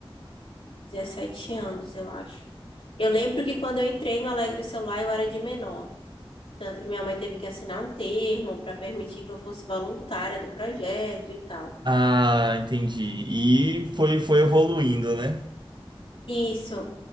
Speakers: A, on the left; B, on the right.
A: 17 anos, eu acho. Eu lembro que quando eu entrei no Alegre Celular, eu era de menor. Tanto que minha mãe teve que assinar um termo para permitir que eu fosse voluntária do projeto e tal.
B: Ah, entendi. E foi, foi evoluindo, né?
A: Isso.